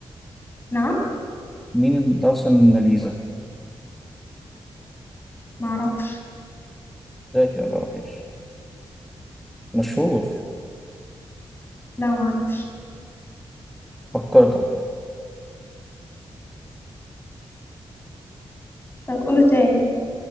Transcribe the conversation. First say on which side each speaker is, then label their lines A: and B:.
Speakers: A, on the left (about 25°); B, in the centre.
A: نعم
B: مين اللي رسم الموناليزا
A: معرفش
B: ده كده متعرفيش مشهور
A: لا معرفش
B: فكرت أهو.
A: طب قوله تاني